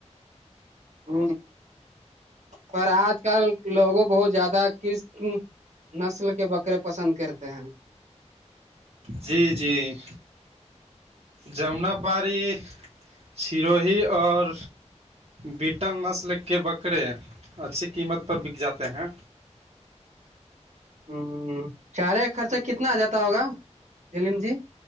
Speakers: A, on the right; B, on the right.
A: ہ پر آج کل لوگوں بہت زیادہ کس نسل کے بکرے پسند کرتے ہیں
B: جی جی جمنا پاڑی سیروہی اور بیٹل نسل کے بکرے اچھی قیمت پر بک جاتے ہیں
A: ہوں چارے کا خرچہ کتنا آ جاتا ہوگا دلیم جی